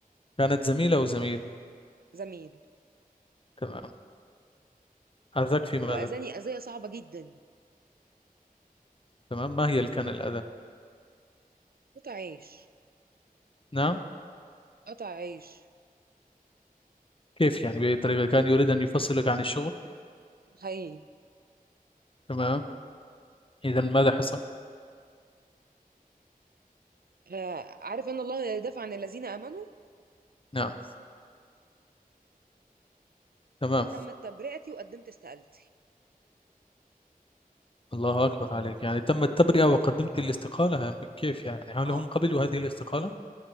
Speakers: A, on the left; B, on the right.
A: كانت زميلة أو زميل
B: زميل
A: تمام أذاك في ماذا
B: وأذاني أذية صعبة جدا
A: تمام ما هي اللي كان الأذى
B: قطع عيش
A: نعم
B: قطع عيش
A: كيف يعني بأي طريقة كان يريد أن يفصلك عن الشغل
B: حقيقي
A: تمام إذا ماذا حصل
B: آه، عارف ان الله لا يدافع عن الذين امنوا
A: نعم تمام
B: تمت تبرئتي وقدمت استقالتي
A: الله أكبر عليك يعني تم التبرئة وقدمت الاستقالة كيف يعني هل
B: اه
A: هم قبلوا هذه الاستقالة